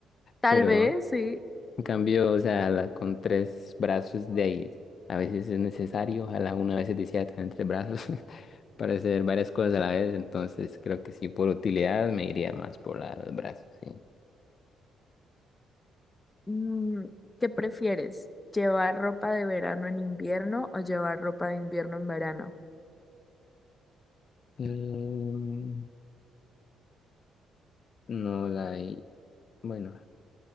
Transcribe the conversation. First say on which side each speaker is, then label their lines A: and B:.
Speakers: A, on the left (about 20°); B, on the left (about 50°).
A: tal
B: pero...
A: vez, sí.
B: En cambio, o sea, la- con tres brazos de ahí, a veces es necesario, ojalá una vez decía tener tres brazos <laughs> para hacer varias cosas a la vez, entonces creo que sí, por utilidad me iría más por la de los brazos, sí.
A: Mm, ¿qué prefieres? ¿Llevar ropa de verano en invierno o llevar ropa de invierno en verano?
B: Em, no, la de, bueno,